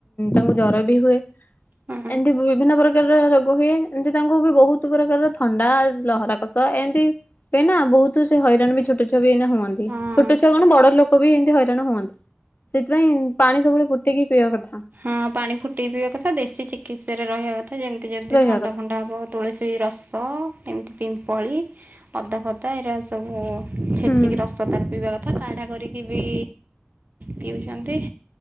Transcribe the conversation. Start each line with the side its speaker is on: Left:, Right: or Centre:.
Left: ତାଙ୍କୁ ଜର ବି ହୁଏ।
Right: ହଁ
Left: ଏମିତି ବିଭିନ୍ନ ପ୍ରକାରର ରୋ ଗୋ ହୁଏ, ଏମିତି ତାଙ୍କୁ ବି ବହୁତ ପ୍ରକାରର ଥଣ୍ଡା, ଲହରା କଷ ଏମତି ଏଇନା ବହୁତ ସେ ହଇରାଣ ବି ଛୋଟ ଛଆ ବି ଏଇ ହୁଅନ୍ତି,
Right: ହଁ
Left: ଛୋଟ ଛୁଆ କଣ ବଡ ଲୋକ ବି ଏମତି ହଇ ହୁଅନ୍ତି, ସେଥିପାଇଁ ପାଣି ସବୁବେଳେ ଫୁଟିକି ପିଇବା କଥା।
Right: ହଁ ପାଣି ଫୁଟେଇ ପିଇବା କଥା, ଦେଶୀ ଚିକିତ୍ସାରେ ରହିବା କଥା, ଯେମିତି ଯଦି
Left: ରହିବା
Right: ଥଣ୍ଡା
Left: କଥା
Right: ଫଣ୍ଡା ହବ। ତୁଳସୀ ରସ, ଏମିତି ପିମ୍ପଳି, ଅଦା ଫଦା ଏଇରା। ସବୁ ଛେଚିକି
Left: ହୁଁ।
Right: ରଷ୍ <unintelligible> ପିଇବା କଥା, କାଢ଼ା କରିକି ବି ପିଉଛନ୍ତି।